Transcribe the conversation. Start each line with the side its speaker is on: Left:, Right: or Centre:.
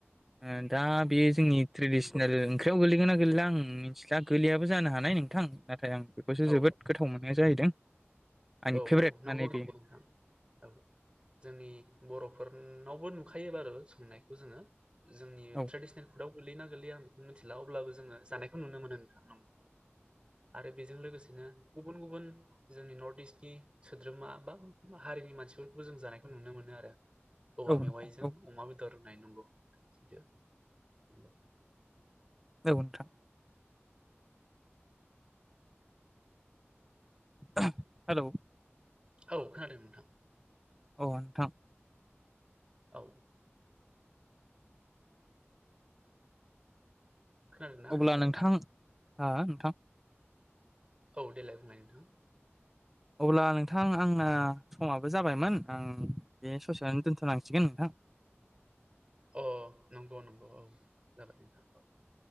Centre: ओ
Right: अ
Centre: दा बेयो जोंनि ट्रेडिसनेल
Right: नंगौ
Centre: ओंख्रियाव गोलैगोना गोलैला आं मिन्थिला गोलैयाबो जानो हानाय नोंथां नाथाय आं बेखौसो
Right: औ
Centre: जोबोद गोथाव मोननाय जाहैदों आंनि
Right: औ
Centre: फेभरेट
Right: औ नंगौ
Centre: माने
Right: नंगौ
Centre: बे
Right: नोंथां औ जोंनि बर'फोर नावबो नुखायो बारु <unintelligible> नायखौ जोङो जोंनि
Centre: औ
Right: थ्रेडिसनेल फुडाव गोलैयोना गोलैया आं मिनथिला अब्लाबो जोङो जानायखौ नुनो मोनो नोंथां नंगौ आरो बेजों लोगोसेनो <unintelligible> बुन गुबुन जोंनि नर्थ इस्ट नि सोद्रोमा बा हारिनि मानसिफोरखौबो जों जानायखौ नुनो मोनो आरो औवा
Centre: औ नोंथां
Right: मेवाइजों
Centre: औ
Right: अमा बेदर नाय नंगौ सैथो नंगौ
Centre: औ नोंथां <unintelligible> हेलौ
Right: औ खोनादों नोंथां
Centre: ओ नोंथां
Right: औ खोनादों ना आंनिखौ
Centre: अब्ला नोंथां हा नोंथां
Right: औ देलाइ बुंनाय नोंथां
Centre: अब्ला नोंथां आंना समाबो जाबायमोन आं बे ससेयावनो दोनथ'नांसिगोन नोंथां <inaudible>
Right: अ नंगौ नंगौ औ जाबाय नोंथां अ